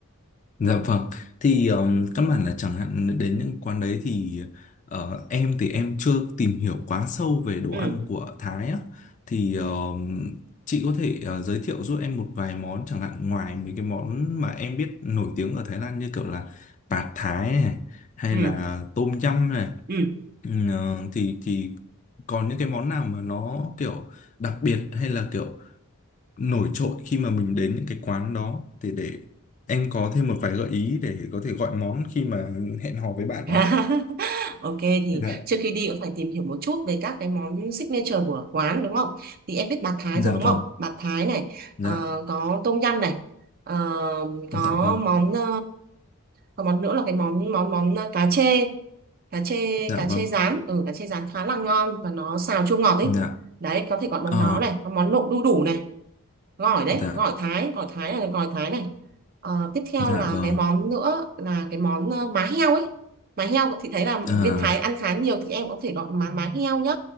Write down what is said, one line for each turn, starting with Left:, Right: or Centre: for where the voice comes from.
Left: Dạ vâng, thì um, căn bản là chẳng hạn đến những quán đấy thì ờ, em thì em chưa tìm hiểu quá sâu về đồ
Right: ừ
Left: ăn của Thái á, thì um, chị có thể ờ, giới thiệu giúp em một vài món chẳng hạn ngoài mấy cái món mà em biết nổi tiếng ở Thái Lan như kiểu là Pad Thái này hay
Right: ừ
Left: là Tom Yum này
Right: ừ
Left: Ừ, ờ, thì thì còn những cái món nào mà nó kiểu đặc biệt hay là kiểu nổi trội khi mà mình đến những cái quán đó thì để em có thêm một vài gợi ý để có thể gọi món khi mà hẹn hò với bạn
Right: <laughs>
Left: à?
Right: Ok thì
Left: Dạ.
Right: trước khi đi cũng phải tìm hiểu một chút về các cái món signature của quán đúng không? Thì em biết bạt Thái
Left: dạ
Right: rồi đúng
Left: vâng
Right: không? Bạt Thái này
Left: dạ
Right: ờ, có tôm yum này ờ, có
Left: dạ vâng
Right: món ờ, có món nữa là cái món món món cá chê cá chê
Left: dạ
Right: cá
Left: vâng
Right: chê rán ừ cá chê rán khá là ngon và nó xào chua ngọt ấy
Left: dạ
Right: đấy có thể gọi món
Left: ờ
Right: đó này có món nộm đu đủ này gỏi đấy
Left: dạ
Right: gỏi Thái gỏi Thái là gỏi Thái này Ờ, tiếp theo
Left: dạ
Right: là
Left: vâng
Right: cái món nữa là cái món ờ, má heo ấy má heo thì thấy là
Left: à
Right: bên Thái ăn khá nhiều thì em có thể gọi má má heo nhá